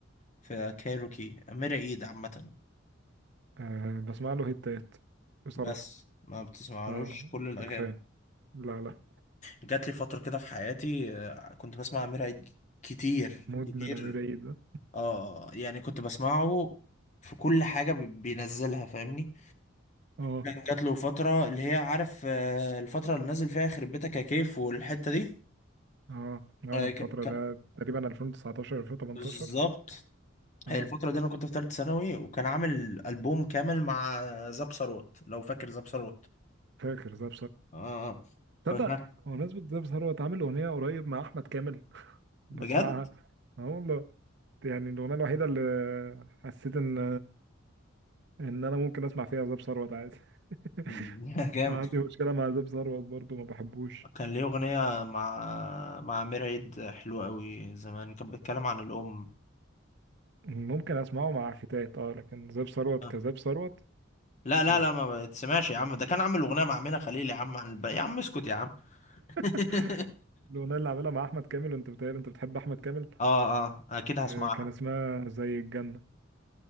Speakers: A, on the left; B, on the right.
A: في كايروكي أمير عيد عامة
B: أه بسمع له هيتات بصراحة
A: بس ما بتسمعلوش
B: أه
A: كل
B: مش
A: الاغاني
B: بيك فان لا لا
A: جات لي فتره كده في حياتي آه، كنت بسمع امير عيد كتير
B: مدمن
A: كتير
B: أمير عيد ده
A: اه يعني كنت بسمعه في كل حاجه بي- بينزلها فاهمني
B: اه
A: كان جات له فتره اللي هي عارف آه، الفتره اللي نزل فيها خرب بيتك يا كيف والحته دي
B: اه اه
A: آه،
B: الفترة
A: ك- ك-
B: ده تقريبا 2019 2018
A: بالظبط هي
B: اه
A: الفتره دي انا كنت في ثالثه ثانوي وكان عامل البوم كامل مع زاب ثروت لو فاكر زاب ثروت
B: فاكر ده
A: اه آه.
B: تصدق
A: فاكر؟
B: بمناسبة ده ثروت عامل أغنية قريب مع أحمد كامل <laughs> بسمعها
A: بجد
B: اه والله يعني الأغنية الوحيدة اللي حسيت إن إن أنا ممكن أسمع فيها زاب ثروت عادي <laughs>
A: <laughs> جامد
B: أنا عندي مشكلة مع زاب ثروت برضو ما بحبوش
A: كان ليه أغنية مع مع أمير عيد حلوة أوي زمان كان بيتكلم عن الأم
B: ممكن أسمعه مع فتات أه لكن زاب ثروت
A: أه.
B: كزاب ثروت
A: لا لا
B: لا
A: لا ما بتسمعش يا عم ده كان عامل أغنية مع أمينة خليل يا عم عن الب... يا عم اسكت يا عم <laughs>
B: <laughs> الأغنية اللي عاملها مع أحمد كامل وأنت بتهيألي أنت بتحب أحمد كامل
A: اه اه أكيد هسمعها
B: آه، كان اسمها زي الجنة